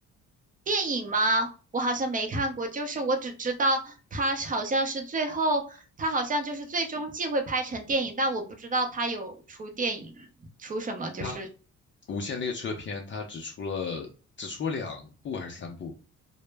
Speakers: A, on the right; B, on the left.
A: 电影吗？我好像没看过，就是我只知道他好像是最后，他好像就是最终季会拍成电影，但我不知道他有出电影，出什么就是
B: 他《无限列车篇》，他只出了只出了两部还是三部，